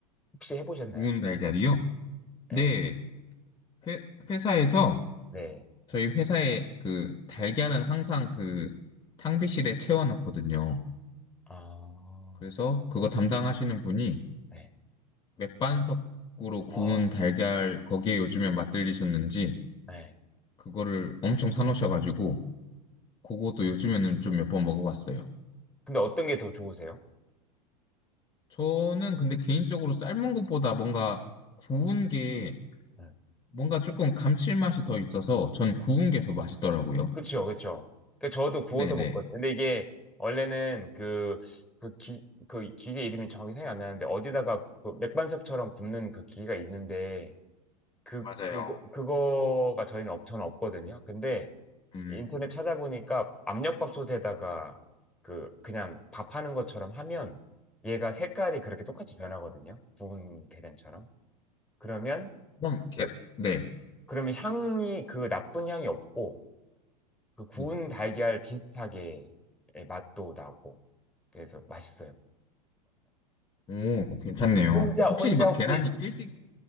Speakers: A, in the centre; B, on the left.
A: 혹시 해보셨나요?
B: 구운 달걀이요?
A: 네,
B: 네, 회, 회사에서
A: 네,
B: 저희 회사에 그 달걀은 항상 그 탕비실에 채워놓거든요.
A: 아,
B: 그래서 그거 담당하시는 분이
A: 네,
B: 맥반석으로 구운
A: 아,
B: 달걀 거기에 요즘에 맛들리셨는지
A: 네.
B: 그거를 엄청 사놓으셔가지고 그것도 요즘에는 좀 몇 번 먹어봤어요.
A: 근데 어떤 게 더 좋으세요?
B: 저는 근데 개인적으로 삶은 것보다 뭔가 구운 게
A: 네.
B: 뭔가 조금 감칠맛이 더 있어서 전 구운 게 더 맛있더라고요.
A: 그쵸, 그쵸. 그 저도 구워서
B: 네네.
A: 먹거든요. 근데 이게 원래는 그, 그 기, 그 기계 이름이 정확히 생각이 안 나는데 어디다가 그 맥반석처럼 굽는 그 기계가 있는데 그,
B: 맞아요.
A: 그거, 그거가 저희는 없, 저는 없거든요. 근데
B: 음,
A: 인터넷 찾아보니까 압력밥솥에다가 그, 그냥 밥하는 것처럼 하면 얘가 색깔이 그렇게 똑같이 변하거든요. 구운 계란처럼. 그러면,
B: 그럼 게,
A: 그-
B: 네.
A: 그러면 향이 그 나쁜 향이 없고 그 구운
B: 네.
A: 달걀 비슷하게 예, 맛도 나고 그래서 맛있어요.
B: 오, 괜찮네요.
A: 혼자
B: 혹시
A: 혼자
B: 막
A: 혹시
B: 계란이 깨지,